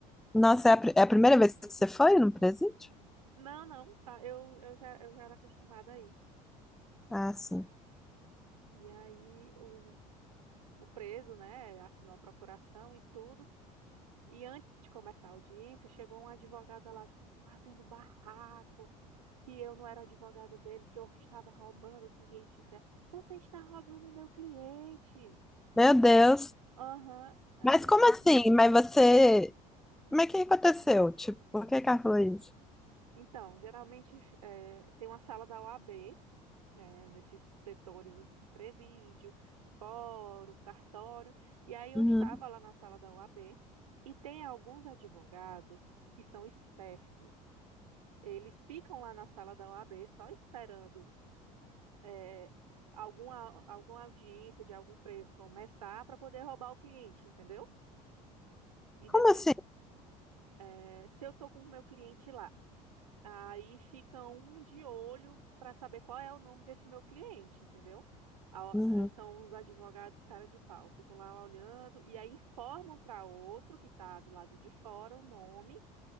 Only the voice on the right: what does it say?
Não, não, fa- eu, eu já, eu já era acostumada aí.
E aí o, o preso, né, assinou a procuração e tudo. E antes de começar a audiência, chegou uma advogada lá, tipo, fazendo barraco, que eu não era advogada dele, que eu estava roubando o cliente dela. Você está roubando meu cliente!
Aham, Aí
eu.
Então, geralmente eh, tem uma sala da OAB. né, nesses setores assim, presídio, fórum, cartório. E aí eu
estava lá na sala da OAB e tem alguns advogados que são espertos. Eles ficam lá na sala da OAB só esperando é, alguma, alguma audiência de algum preso começar para poder roubar o cliente, entendeu? E
depois,
é, se eu estou com o meu cliente lá Aí fica um de olho para saber qual é o nome desse meu cliente, entendeu? A-
eh, São os advogados cara de pau, ficam lá olhando e aí informam para outro que está do lado de fora o nome